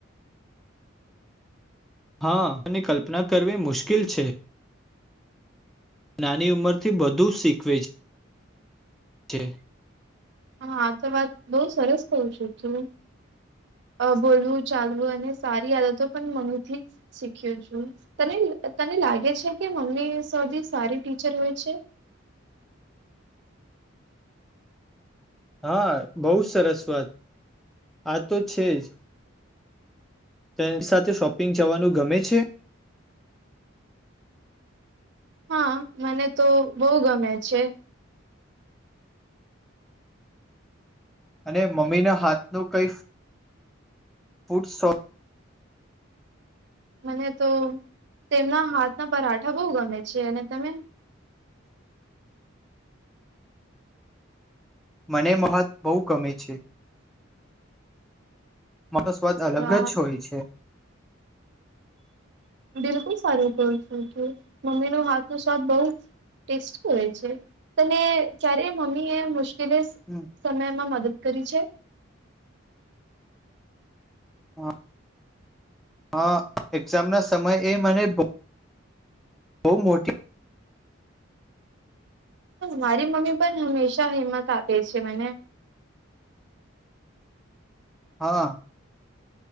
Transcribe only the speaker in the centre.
હા અને કલ્પના કરવી મુશ્કેલ છે. નાની ઉંમર થી બધું શીખવે છે.
હા બહુ સરસ વાત આ તો છે જ. તેની સાથે શોપિંગ જવાનું ગમે છે?
અને મમ્મી ના હાથ નું કઈ <unintelligible>
મને મહત્ બહુ ગમે છે તો સ્વાદ અલગ
જ હોય છે
હમ્મ
હા હ એક્ઝામ ના સમય એ મને બઉ મોટી
હા